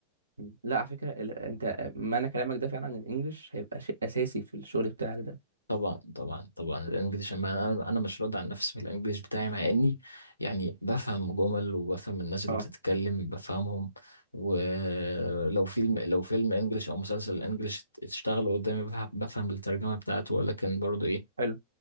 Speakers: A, on the right; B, on the left.
A: مم. لا على فكره ال- انت معنى كلامك ده فعلا الانجليش هيبقى شيء اساسي في الشغل بتاعك ده
B: طبعا طبعا طبعا الانجليش أما انا انا مش راضي عن نفسي في الانجليش بتاعي مع اني يعني بفهم جمل وبفهم الناس اللي
A: اه
B: بتتكلم بفهمهم ولو فيلم لو فيلم انجليش او مسلسل انجليش اشتغل قدامي بفهم بفهم الترجمه بتاعته ولكن برضو ايه
A: حلو